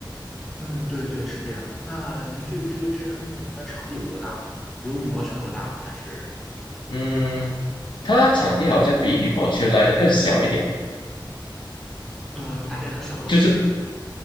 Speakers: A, in the centre; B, on the left (about 70°).
A: 嗯，对对，是这样的。那您这个这个这项运动它的场地有多大呢？有羽毛球那么大吗？还是？
B: 嗯，它场地好像比羽毛球来的更小一点，
A: 呃，大概能小多少？
B: 就是